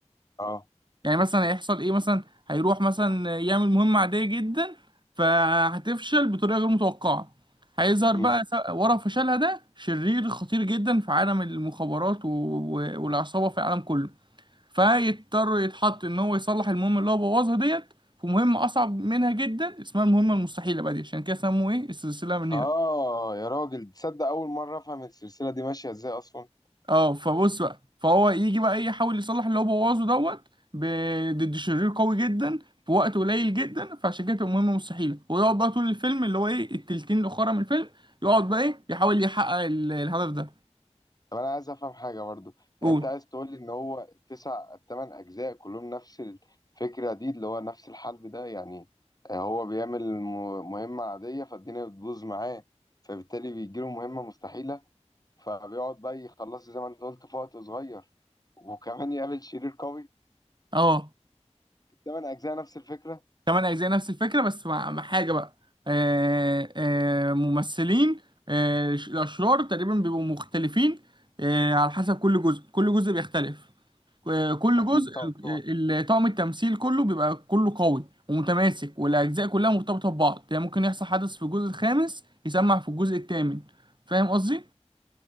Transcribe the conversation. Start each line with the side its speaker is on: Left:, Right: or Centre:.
Left: اه
Right: يعني مثلا هيحصل ايه مثلا هيروح مثلا يعمل مهمة عادية جدا فهتفشل بطريقة غير متوقعة هيظهر
Left: مم.
Right: بقى س- ورا فشلها ده شرير خطير جدا في عالم المخابرات و- و- والعصابة في العالم كله فيضطر يتحط ان هو يصلح المهمة اللي هو بوظها ديت في مهمة اصعب منها جدا اسمها المهمة المستحيلة بقى دي عشان كده سموه ايه السلسلة من
Left: آه
Right: هنا
Left: يا راجل تصدق أول مرة أفهم السلسلة دي ماشية إزاي أصلا
Right: اه فبص بقى فهو يجي بقى إيه، يحاول يصلح اللي هو بوظه دوت ب- ضد شرير قوي جدا في وقت قليل جدا فعشان كده تبقى مهمة مستحيلة ويقعد بقى طول الفيلم اللي هو ايه التلتين الأخرى من الفيلم يقعد بقى ايه يحاول يحقق ال- الهدف ده
Left: طب أنا عايز أفهم حاجة برضو
Right: قول
Left: يعني أنت عايز تقول لي إن هو التسع التمن أجزاء كلهم نفس الفكرة دي اللي هو نفس الحلب ده يعني آه، هو بيعمل م- مهمة عادية فالدنيا بتبوظ معاه فبالتالي بيجيله مهمة مستحيلة فبيقعد بقى يخلصها زي ما أنت قلت في وقت صغير وكمان يقابل شرير قوي
Right: اه
Left: التمن أجزاء نفس الفكرة
Right: كمان أجزاء نفس الفكرة بس مع مع حاجة بقى آه آه ممثلين آه ش- الأشرار تقريبا بيبقوا مختلفين آه على حسب كل جزء كل جزء بيختلف آه، كل
Left: أكيد
Right: جزء
Left: طبعا
Right: ال- ال- طاقم التمثيل كله بيبقى كله قوي ومتماسك والاجزاء كلها مرتبطه ببعض يعني ممكن يحصل حدث في الجزء الخامس يسمع في الجزء الثامن فاهم قصدي